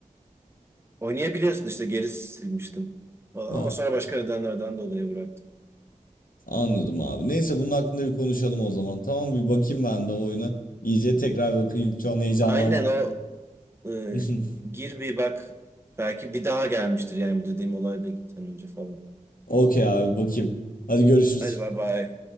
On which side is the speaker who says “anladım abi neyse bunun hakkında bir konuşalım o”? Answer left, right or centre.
Left